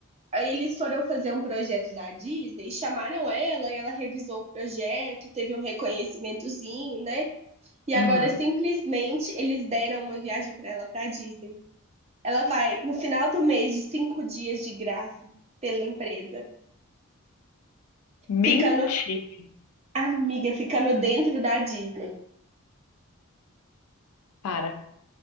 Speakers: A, on the right; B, on the left.
A: Aí eles foram fazer um projeto da Disney, chamaram ela e ela revisou o projeto, teve um reconhecimentozinho, né? E agora
B: Uhum.
A: simplesmente eles deram uma viagem para ela para Disney. Ela vai no final do mês de cinco dias de graça pela empresa,
B: Mentira.
A: ficando amiga, ficando dentro da Disney.
B: Para,